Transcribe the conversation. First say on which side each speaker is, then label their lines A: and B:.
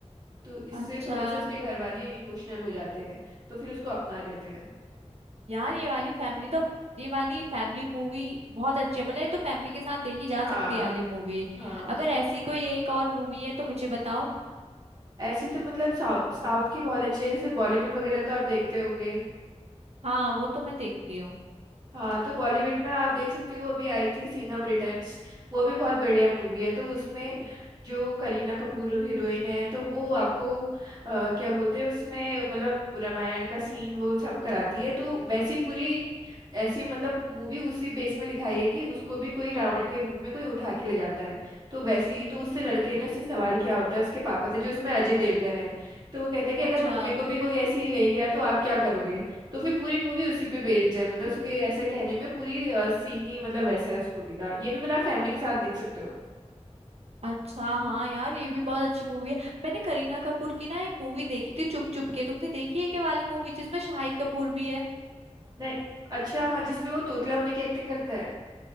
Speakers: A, on the right (about 35°); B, on the right (about 60°).
A: तो इससे
B: अच्छा
A: थोड़े से उसके घर वाले इमोशनल हो जाते हैं तो फिर उसको अपना लेते हैं
B: यार ये वाली फैमिली तो ये वाली फैमिली मूवी बहुत अच्छी है मतलब ये तो फैमिली के साथ देखी जा
A: हाँ
B: सकती है ये वाली मूवी
A: हाँ
B: अगर ऐसी कोई एक और मूवी है तो मुझे बताओ
A: ऐसी तो मतलब साउथ साउथ की बहुत अच्छी है जैसे बॉलीवुड वगैरह तो आप देखते होगे
B: हाँ वो तो मैं देखती हूँ
A: हाँ तो बॉलीवुड में आप देख सकते हो अभी आई थी सिंघम रिटर्न्स वो भी बहुत बढ़िया मूवी है तो उसमें जो करीना कपूर हीरोइन है तो वो आपको अ, क्या बोलते हैं उसमें मतलब रामायण का सीन वो सब कराती है तो वैसी पूरी ऐसी मतलब मूवी उसी बेस में दिखाई है कि उसको भी कोई रावण के रूप में कोई उठा के ले जाता है तो वैसे ही तो उससे लड़के ने उससे सवाल किया होता है उसके पापा से जो इसमें अजय देवगन है तो वो कहते हैं कि
B: अच्छा
A: अगर मम्मी को भी कोई ऐसे ही ले गया तो आप क्या करोगे तो फिर पूरी मूवी उसी पे बेस्ड है मतलब उसके ऐसे कहने में पूरी सीन ही मतलब ऐसा है उस मूवी का ये भी मतलब आप फैमिली के साथ देख सकते हो
B: अच्छा हाँ यार ये भी बहुत अच्छी मूवी है मैंने करीना कपूर की ना एक मूवी देखी थी चुप चुप के तुमने देखी है क्या वाली मूवी जिसमें शाहिद कपूर भी है
A: नहीं अच्छा हाँ जिसमें वो तोतला होने की एक्टिंग करता है